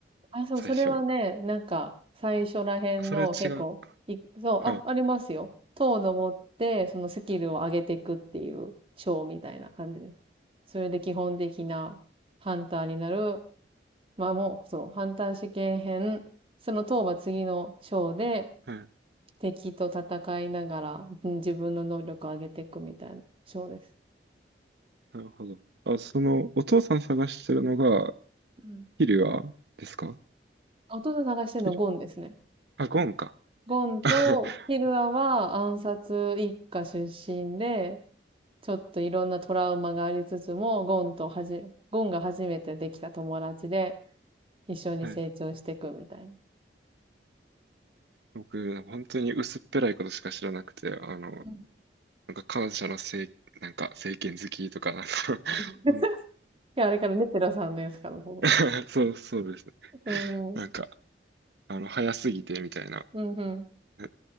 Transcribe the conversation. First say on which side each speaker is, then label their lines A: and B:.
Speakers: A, on the right; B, on the right.
A: あ、そう、
B: 最初。
A: それはね、なんか最初らへんの結構、
B: あ、それは違う。
A: い、そう、
B: はい。
A: あ、ありますよ。塔を登ってそのスキルを上げていくっていう章みたいな感じです。それで基本的なハンターになるまあもう、そう、ハンター試験編、その当は次の章で、
B: はい。
A: 敵と戦いながら、うん自分の能力を上げていくみたいな章です。
B: なるほど。あ、その、お父さん探してるのが、
A: うん
B: キリュアですか
A: さ弟探してるのはゴンですね。
B: キリュ、あ、ゴンか。
A: ゴンとヒルアは暗殺一家出身で、
B: <laughs>
A: ちょっといろんなトラウマがありつつも、ゴンとはじ、ゴンが初めてできた友達で、一緒に成長していくみたいな。
B: はい。僕、本当に薄っぺらいことしか知らなくて、あの、
A: うん
B: なんか感謝のせい、なんか政権好きとか、なんか <laughs>
A: <laughs>
B: うん
A: いや、あれからね、テラさんのやつから。<laughs>
B: <laughs> そうそうです。
A: うん。
B: なんか、あの、早すぎてみたいな、
A: うんうん。
B: え